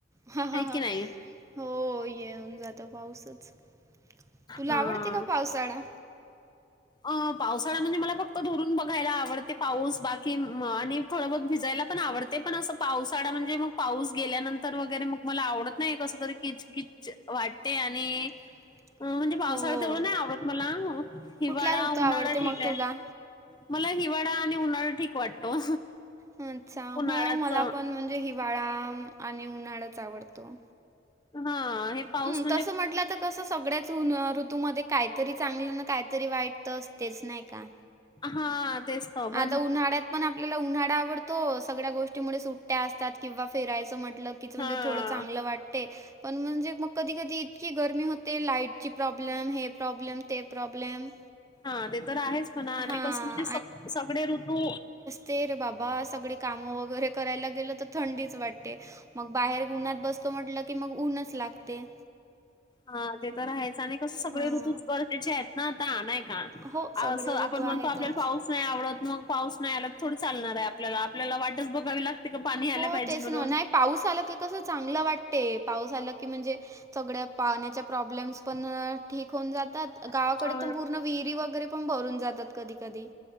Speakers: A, on the right; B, on the left.
A: हा
B: आहे
A: हा
B: की नाही
A: हो येऊन जातो पाऊसच. तुला
B: हा.
A: आवडते का पावसाळा?
B: अ पावसाळा म्हणजे मला फक्त दुरून बघायला आवडते पाऊस बाकी आणि थोडं बहोत भिजायला पण आवडते, पण असं पावसाळा म्हणजे मग पाऊस गेल्यानंतर वगैरे मग मला आवडत नाही, कसं तरी किचकिच वाटते आणि
A: <inaudible>
B: अ म्हणजे पावसाळ
A: हो
B: तेवढं नाही आवडत मला, हिवाळा
A: कुठला ऋतू आवडते
B: उन्हाळा ठीक
A: मग
B: आहे
A: तुला?
B: मला हिवाळा आणि उन्हाळा ठीक वाटतो.
A: अच्छा!
B: उन्हाळ्याच
A: हो मला पण म्हणजे हिवाळा आणि उन्हाळाच आवडतो.
B: हा हे. पाऊस
A: हम्म
B: म्हणजे
A: तसं म्हटलं तर कसं सगळ्याच ऋतूमध्ये काहीतरी चांगलं ना, काहीतरी वाईट तर असतेच नाही का?
B: हा तेच. तर पण
A: आता उन्हाळ्यात. पण आपल्याला उन्हाळा आवडतो, सगळ्या गोष्टीमुळे सुट्ट्या असतात किंवा फेरायचं म्हटलं म्हणजे
B: हा
A: थोडं चांगलं वाटते. पण म्हणजे मग कधी कधी इतकी गरमी होते, लाईटची प्रॉब्लेम हे प्रॉब्लेम ते प्रॉब्लेम.
B: हा ते तर आहेच म्हणा,
A: हां
B: आणि कसं म्हणजे सग सगळे ऋतू
A: ते रे बाबा सगळी कामं वगैरे करायला गेलं तर थंडीच वाटते मग बाहेर उन्हात बसतो म्हटलं की, मग उन्हच लागते.
B: हा ते तर आहेच, आणि कसं सगळे
A: हां.
B: ऋतूच गरजेचे आहेत ना आता आण का,
A: हो सगळे
B: असं आपण
A: ऋतू
B: म्हणतो
A: आहेतच.
B: आपल्याला पाऊस नाही आवडत मग पाऊस नाही आला थोडं चालणार आहे आपल्याला आपल्याला वाटच बघावी ला तिथं पाणी आलं
A: हो
B: पाहिजे
A: तेच
B: म्हणून.
A: ना. नाही पाऊस आला की कसं चांगलं‌ वाटते, पाऊस आल की म्हणजे सगळ्या, पाण्याचे प्रॉब्लेम्स पण ठीक होऊन जातात गावाकडे
B: हा.
A: तर पूर्ण विहिरी वगैरे पण भरून जातात. कधी-कधी.